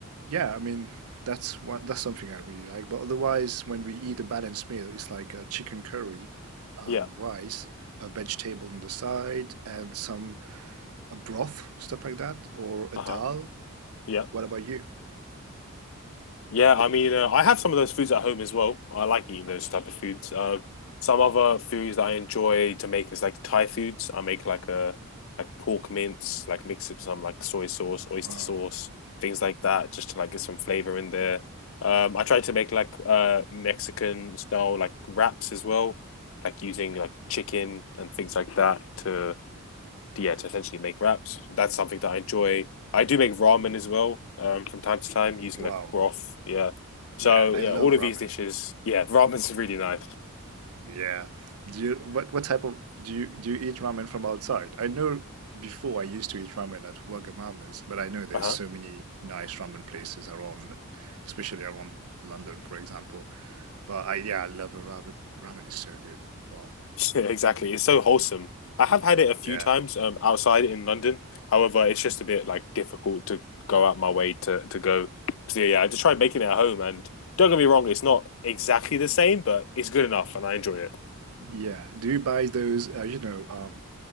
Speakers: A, on the right; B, on the left.
A: yeah, I mean that's what that's something I really like. But otherwise, when we eat a balanced meal, it's like a chicken curry, um,
B: Yeah.
A: rice, a vegetable on the side, and some a broth, stuff like that, or a
B: Uh
A: dal.
B: huh. Yeah.
A: What about you?
B: Yeah, I mean, uh, I have some of those foods at home as well. I like eating those type of foods. Uh, some other foods that I enjoy to make is like Thai foods. I make like a like pork mince, like mix it with some like soy sauce, oyster
A: Wow,
B: sauce, things like that, just to like get some flavor in there. Um, I try to make like uh Mexican style like wraps as well, like using like chicken and things like that to yeah, to essentially make wraps. That's something that I enjoy. I do make ramen as well um, from time to time using
A: <clears throat> wow,
B: like broth. Yeah. So
A: yeah, I
B: yeah,
A: love
B: all
A: ramen.
B: of these dishes. Yeah, <laughs> ramen's really nice.
A: Yeah. Do you what what type of do you do you eat ramen from outside? I know before I used to eat ramen at Wagamama's, but I know there's
B: Uh-huh.
A: so
B: <laughs>
A: many nice ramen places around, especially around London, for example. But I yeah, I love a ramen. Ramen is so good. Wow.
B: Yeah, Exactly. It's so wholesome. I have had it a few
A: Yeah.
B: times um, outside in London. However, it's just a bit like difficult to go out my way to to go. So yeah, I just try making it at home. And don't get me wrong, it's not exactly the same, but it's good enough, and I enjoy it.
A: Yeah. Do you buy those uh, you know, um